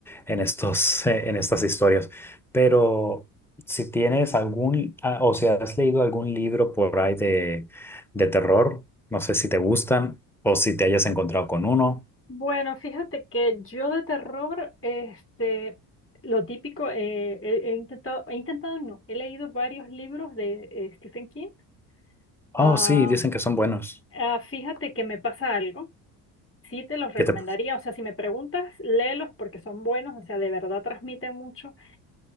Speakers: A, in the centre; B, on the left.
A: en estos, <laughs> eh, en estas historias. Pero si tienes algún, ah, o si has leído algún libro por ahí de, de terror, no sé si te gustan o si te hayas encontrado con uno.
B: Bueno, fíjate que yo de terror, este, lo típico, eh, he, he intentado, he intentado no, he leído varios libros de eh, Stephen King. Ah,
A: Oh, sí, dicen que son buenos.
B: ah, fíjate que me pasa algo, sí te los recomendaría,
A: ¿Qué te...
B: o sea, si me preguntas, léelos porque son buenos, o sea, de verdad transmite mucho